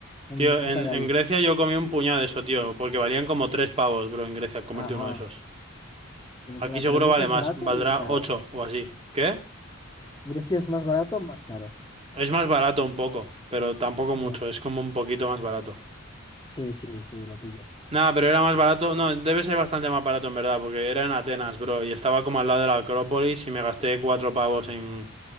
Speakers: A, on the left; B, on the right.
A: en,
B: Tío,
A: en
B: en,
A: esa calle.
B: en Grecia yo comí un puñado de eso, tío, porque valían como tres pavos, bro, en Grecia, comerte
A: Ajá,
B: uno de esos.
A: qué locura.
B: Aquí seguro
A: ¿Pero Grecia
B: vale
A: es
B: más,
A: barato
B: valdrá
A: o es caro?
B: ocho o así. ¿Qué?
A: Grecia es más barato o más caro.
B: Es más barato un poco, pero tampoco mucho,
A: Ya,
B: es como un poquito más barato.
A: Sí, sí, sí, lo pillo.
B: Nada, pero era más barato, no, debe ser bastante más barato en verdad, porque era en Atenas, bro, y estaba como al lado de la Acrópolis y me gasté cuatro pavos en,